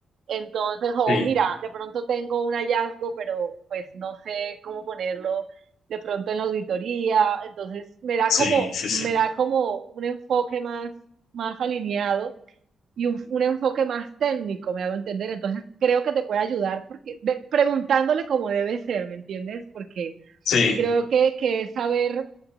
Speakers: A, on the right; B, on the left.
A: Entonces, oh,
B: Sí,
A: mira, de pronto tengo un hallazgo, pero pues no sé cómo ponerlo de pronto en la auditoría, entonces me da
B: sí,
A: como,
B: sí,
A: me
B: sí,
A: da como un enfoque más, más alineado y un, un enfoque más técnico, me hago entender, entonces creo que te puede ayudar porque de- preguntándole cómo debe ser, ¿me entiendes? Porque
B: sí,
A: creo que, que es saber